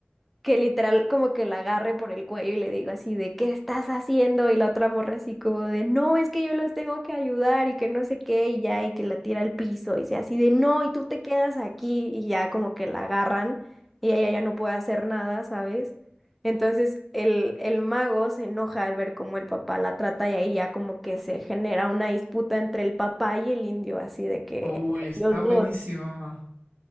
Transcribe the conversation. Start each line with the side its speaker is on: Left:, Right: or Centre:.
Centre: que literal como que la agarre por el cuello y le digo así de ¿qué estás haciendo? Y la otra morra así como de no, es que yo los tengo que ayudar y que no sé qué y ya y que la tira al piso y sea así de no y tú te quedas aquí y ya como que la agarran y ella ya no puede hacer nada, ¿sabes? Entonces el, el mago se enoja al ver cómo el papá la trata y ahí ya como que se genera una disputa entre el papá y el indio, así de que
Right: Uy,
Centre: entre
Right: está
Centre: los
Right: buenísimo.
Centre: dos.